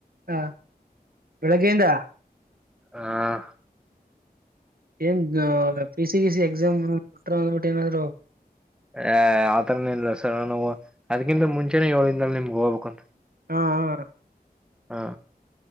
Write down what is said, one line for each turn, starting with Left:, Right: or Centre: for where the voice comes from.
Right: ಹಾ ಬೆಳಗ್ಗೆಯಿಂದ
Centre: ಆ ಆ ಆ
Right: ಎಂದೋ ಫೇಸ್ <unintelligible> ಪಿಯುಸಿ ಎಕ್ಸಾಮ್ ಬಿಡ್ರೋ <unintelligible>
Centre: ಆ ಆತರನ ಇಲ್ಲ ಸರ್ ನಾನುಅದಕಿಂತ ಮುಂಚೆನೆಏಳ್ ದಿನಧನಿಮ್ಗೆ ಹೋಗ್ಬೇಕುಂತ
Right: ಹಾ ಹಾ
Centre: ಹಾ